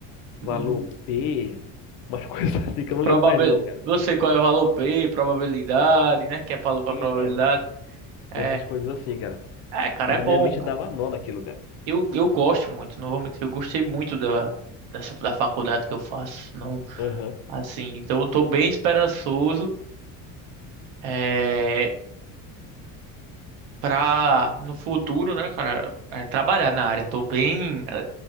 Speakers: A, on the right; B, on the left.
A: hum,
B: valor P, umas <laughs> coisas assim que eu não
A: probabil...
B: lembro mais não, cara.
A: eu sei qual é o valor P, probabilidade, né? Que é para
B: Então,
A: probabilidade. É,
B: essas coisas assim, cara.
A: é, cara,
B: A
A: é bom,
B: minha mente
A: cara.
B: dava nó naquilo, cara.
A: Eu, eu gosto muito, não vou mentir, eu gostei muito da, dessa, da faculdade que eu faço. Não,
B: Aham.
A: assim, então eu tô bem esperançoso é, pra no futuro, né, cara, é, trabalhar na área. Tô bem é,